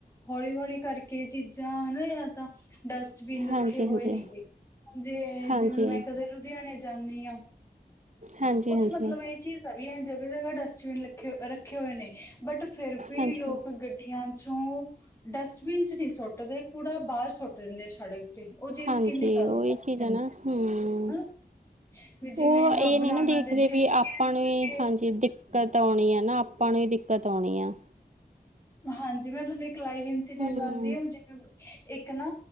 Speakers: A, on the left; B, on the right.
A: ਹੌਲੀ-ਹੌਲੀ ਕਰਕੇ ਇਹ ਚੀਜ਼ਾਂ ਹਨਾ। ਧਿਆਨ ਤਾਂ, ਡਸਟਬਿਨ ਰੱਖੇ
B: ਹਾਂਜੀ
A: ਹੋਏ
B: ਹਾਂਜੀ
A: ਨੇਗੇ, ਜੇ
B: ਹਾਂਜੀ
A: ਜਿਵੇਂ ਮੈਂ ਕਦੇ ਲੁਧਿਆਣਾ ਜਾਣੀ ਆ,
B: ਹਾਂਜੀ
A: ਉੱਥੇ
B: ਹਾਂਜੀ
A: ਮਤਲਬ ਇਹ ਚੀਜ਼ਾਂ ਵੀ ਜਗ੍ਹਾ-ਜਗ੍ਹਾ ਡਸਟਬਿਨ ਲਖੇ ਰੱਖੇ ਹੋਏ ਨੇ ਬਟ ਫਿਰ ਵੀ
B: ਹਾਂਜੀ
A: ਲੋਕ ਗੱ ਡੀਆਂ ਚੋਂ ਡਸਟਬਿਨ 'ਚ' ਨਹੀਂ ਸੁੱਟਦੇ ਕੂੜਾ ਬਾਹਰ ਸੁੱਟ ਦਿੰਦੇ ਆ ਸੜਕ ਤੇ ਉਹ ਚੀਜ਼
B: ਹਾਂਜੀ,
A: ਕਿੰਨੀ ਗ਼ਲਤ
B: ਉਹੀ ਚੀਜ਼ ਆ ਨਾ ਹਮ।
A: ਹਨਾ ਵੀ ਜਿਵੇਂ
B: ਉਹ
A: ਆਹ
B: ਇਹ
A: ਬਨਾਨਾ
B: ਨੀ ਨਾ ਦੇਖਦੇ
A: ਦੇ ਛਿਲਕੇ
B: ਵੀ ਆਪਾਂ
A: ਸੁਲਕੇ
B: ਨੂੰ ਹਾਂਜੀ। ਦਿੱਕਤ ਆਉਣੀ ਹੈ ਨਾ, ਆਪਾਂ ਨੂੰ ਵੀ ਦਿੱਕਤ ਆਉਣੀ ਆ।
A: ਹਾਂਜੀ, ਮੈਂ ਤੁਹਾਨੂੰ ਇੱਕ ਲਾਈਵ ਇੰਸੀਡੈਂਟ
B: ਹੂੰ
A: ਦੱਸਦੀ ਆ ਜਿਵੇਂ ਇੱਕ ਨਾ